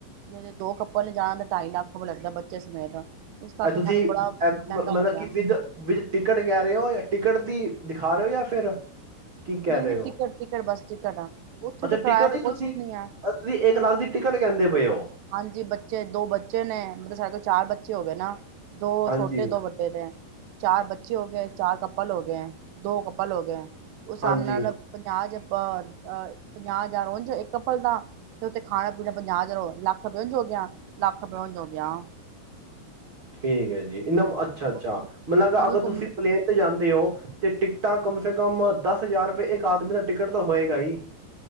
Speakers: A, on the right; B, on the right.
A: ਜੇੇ ਦੋ ਕੱਪਲ ਨੇ ਜਾਣਾ ਤੇ ਢਾਈ ਲੱਖ ਲੱਗਦਾ ਬੱਚੇ ਸਮੇਤ ਇਸ ਕਰਕੇ
B: ਤੁਸੀਂ
A: ਸਾਨੂੰ ਬੜਾ ਮਹਿੰਗਾ
B: ਮਤਲਬ
A: ਲੱਗਿਆ।
B: ਕਿ ਵਿਦ ਵਿੱਚ ਟਿਕਟ ਕਹਿ ਰਹੇ ਹੋ ਜਾਂ ਟਿਕਟ ਦੀ ਦਿਖਾ ਰਹੇ ਹੋ ਜਾਂ ਫਿਰ ਕੀ
A: ਨਹੀਂ
B: ਕਹਿ ਰ
A: ਨਹੀਂ
B: ਹੋ
A: ਟਿਕਟ ਟਿਕਟ ਬਸ ਟਿਕਟ ਆ ਉੱਥੇ
B: ਅੱਛਾ
A: ਤਾਂ ਕਿਰਾਇਆ
B: ਟਿਕਟ
A: ਤੇ
B: ਵੀ
A: ਕੁਛ
B: ਤੁਸੀਂ
A: ਨੀ ਹੈ।
B: ਤੁਸੀਂ ਇੱਕ ਲੱਖ ਦੀ ਟਿਕਟ ਕਹਿੰਦੇ ਪਏ ਹੋ
A: ਹਾਂਜੀ ਬੱਚੇ ਦੋ ਬੱਚੇ ਨੇ ਮਤਲਬ ਸਾਡੇ ਕੋਲ ਚਾਰ ਬੱਚੇ ਹੋ ਗਏ ਨਾ ਦੋ
B: ਹਾਂਜੀ
A: ਛੋਟੇ ਦੋ ਵੱਡੇ ਤੇ ਚਾਰ ਬੱਚੇ ਹੋ ਗਏ ਚਾਰ ਕੱਪਲ ਹੋ ਗਏ ਦੋ ਕੱਪਲ ਹੋ ਗਏ ਉਹ ਹਿਸਾਬ
B: ਹਾਂਜੀ
A: ਨਾਲ ਪੰਜਾਹ ਅ ਪੰਜਾਹ ਹਜ਼ਾਰ ਹੋ ਇੱਕੱਪਲ ਦਾ ਤੇ ਉੱਥੇ ਖਾਣਾ ਪੀਣਾ ਪੰਜਾਹ ਹਜ਼ਾਰ ਹੋ ਲੱਖ ਲੱਖ ਪਿ ਜੋ ਗਿਆ ਲੱਖ ਪਿ ਜੋਗ ਗਿਆ
B: ਠੀਕ ਹੈ ਜੀ ਇਹ ਅੱਛਾ ਅੱਛਾ
A: ਓਕੇ ਕਿਉਂਕਿ
B: ਮਤਲਬ ਅਗਰ
A: ਘੁੰਮ
B: ਤੁਸੀਂ ਪਲੇਨ ਤੇ ਜਾਂਦੇ ਹੋ ਤੇ ਟਿਕਟਾਂ ਕਮ ਸੇ ਕਮ ਦਸ ਹਜ਼ਾਰ ਰੁਪਏ ਇੱਕ ਆਦਮੀ ਦਾ ਟਿਕਟ ਤਾਂ ਹੋਏਗਾ ਜੀ